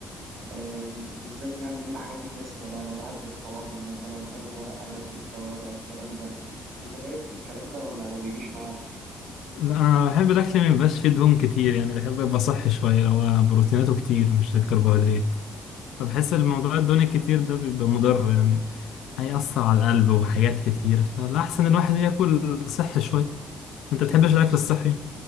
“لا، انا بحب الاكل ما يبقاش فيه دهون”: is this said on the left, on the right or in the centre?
Left